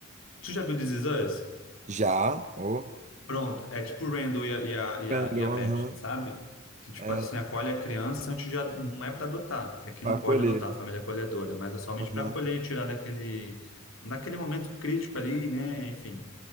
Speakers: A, on the left; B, on the right.
A: Tu já viu This Is Us?
B: Já? Oh.
A: Pronto, é tipo o Randall e a, e a, e
B: Aprendeu,
A: a, e a Beth,
B: Aham.
A: sabe? Que, tipo
B: É,
A: assim, acolhe a criança antes de... a- Não é para adotar, que aqui
B: para
A: não pode
B: acolher.
A: adotar, a família é acolhedora, mas é somente
B: Aham.
A: para acolher e tirar daquele... Naquele momento crítico ali, né? Enfim.